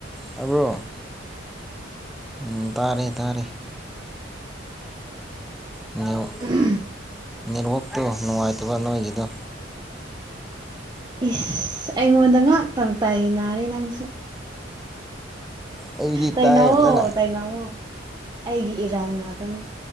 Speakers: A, in the centre; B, on the right (about 20°).
A: ꯇꯕ꯭ꯔꯣ ꯎꯝ ꯇꯥꯔꯦ ꯇꯥꯔꯦ ꯅꯦꯠ
B: ꯎꯝ
A: ꯅꯦꯠꯋꯥꯛꯇꯣ ꯅꯨꯡꯉꯥꯏꯇꯕ ꯅꯣꯏꯒꯤꯗꯣ
B: ꯏꯁ ꯑꯩꯉꯣꯟꯗ ꯉꯥꯛꯇ ꯇꯥꯏꯅꯔꯦ ꯅꯪꯁꯨ
A: ꯑꯩꯗꯤ ꯇꯥꯏꯌꯦ
B: ꯇꯥꯏꯅꯧꯋꯣ
A: ꯐꯖꯅ
B: ꯇꯥꯏꯅꯧꯋꯣ ꯑꯩꯒꯤ ꯏꯔꯥꯟ ꯉꯥꯛꯇꯅꯦ